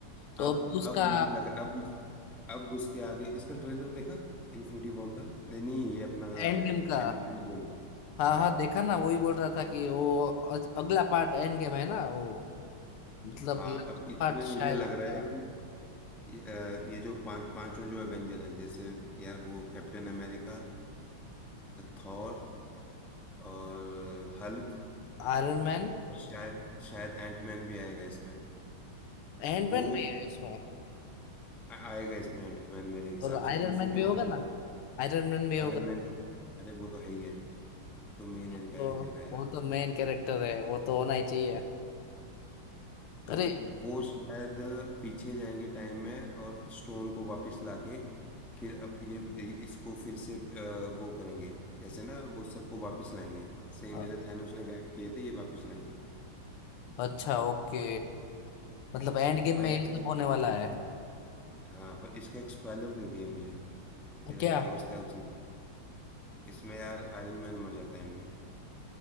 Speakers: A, on the left; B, in the centre.
A: तो
B: अब
A: अभी उसका
B: अब मुझे लग रहा अब अब उसके आगे इसका ट्रेलर देखा इन्फिनिटी वॉर का नहीं नहीं ये अपना यार
A: एंड गेम का
B: एंड एंड गेम का
A: हाँ
B: हाँ
A: हाँ देखा ना वही बोल रहा था कि वो अ- अगला पार्ट एंड गेम है ना वो मतलब
B: हाँ अब इसमें
A: पार्ट शायद
B: मुझे लग
A: होगा
B: रहा है कि ये, अ, ये जो पांच पांचों जो एवेंजर हैं जैसे यार वो कैप्टन अमेरिका थॉर और हल्क
A: आयरन मैन
B: और शायद शायद एंटमैन भी आएगा इसमें
A: एंड
B: वो
A: मैन भी है इसमें
B: आ- आएगा इसमें एंटमैन मेरे हिसाब
A: और आयरन
B: से इन्फिनिटी
A: मैन भी होगा
B: वॉर में
A: ना
B: नहीं है
A: आयरन मैन भी
B: आयरन
A: होगा
B: मैन तो अरे वो तो है ही है वो तो मेन है
A: तो
B: इनका एवेंजर का यार
A: वो तो मेन कैरेक्टर है वो तो होना ही चाहिए
B: तो
A: अरे
B: वो शायद पीछे जाएंगे टाइम में और स्टोन को वापस लाके फिर अब ये इसको फिर से अ, वो करेंगे जैसे ना वो सबको वापस लाएंगे सेम
A: अ-
B: जैसे थैनोस ने गायब किए थे ये वापस लाएंगे
A: अच्छा ओके मतलब एंड गेम
B: पर
A: में
B: यार
A: ये सब
B: इस
A: होने वाला है
B: हाँ पर इसका एक स्पॉइलर दे दिया मुझे मेरा
A: क्या
B: एक दोस्त है उसने इसमें यार आयरन मैन मर जाता है एंड में